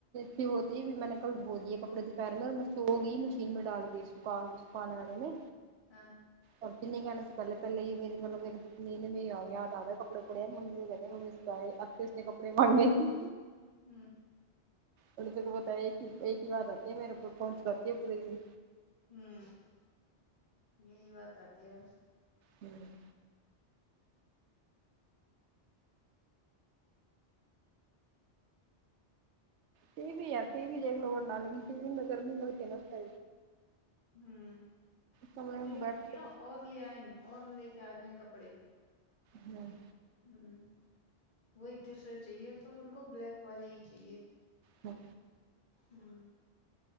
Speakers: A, on the right; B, on the left.
A: پہ ہوتی ہے میں نے کل دھو دیے کپڑے دوپہرے میں اور میں سو گئی مشین میں ڈال گئی سکھا سکھانے والے نے
B: ہاں
A: اور کتنی کہنے سے پہلے پہلے ہی میں مطلب ایک نے میں یا آیا کپڑے پڑے ممی سے کہتے ممی سے ہے اب کس نے کپڑے مانگے گی
B: ہوں
A: ان نے تو کو بتا ایک ہی ایک ہی بات آتی ہے میرے اوپر پہنچ پاتی ہے پورے دن
B: ہوں یہی بات آتی ہے بس
A: ہوں ٹی وی ہے ٹی وی دیکھ لو ورنہ مگر ٹی وی میں گرمی بہت ہے نا سا
B: ہوں
A: کمرے
B: وہی
A: میں بیٹھ
B: ہوی
A: کے
B: ہے اور لے آئیں اور لے کے آ جائیں کپڑے
A: ہوں
B: ہوں وہی ڈریسر چاہیے تو ان کو بلیک والی ہی چاہیے
A: ہوں
B: ہوں